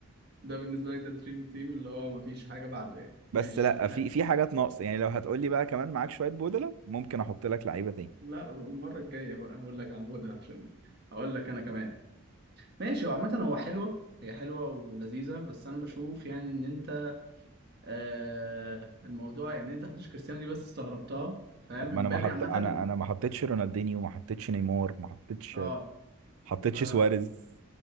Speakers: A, on the right; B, on the right.
A: ده بالنسبة لك ده دريم تيم اللي هو ما فيش حاجة بعده يعني
B: بس
A: ماشي
B: لا
A: حلو.
B: في في حاجات ناقصه يعني لو هتقول لي بقى كمان معاك شويه بودلة ممكن احط لك لعيبه تاني
A: لا المرة الجاية بقى هقول لك على الهدى عشان اقول لك انا كمان ماشي هو عامة هو حلوة هي حلوة ولذيذة بس أنا بشوف يعني إن أنت آه الموضوع يعني إن أنت حطيتش كريستيانو دي بس استغربتها فاهم
B: طب
A: امبابي
B: ما انا ما حط
A: عامة
B: انا انا ما حطيتش رونالدينيو ما حطيتش نيمار ما حطيتش
A: أه
B: حطيتش
A: فأنا
B: سواريز